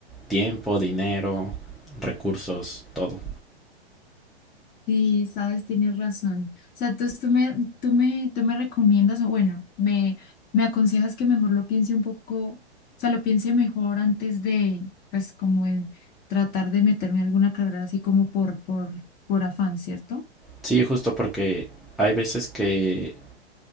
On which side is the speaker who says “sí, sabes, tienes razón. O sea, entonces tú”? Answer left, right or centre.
Left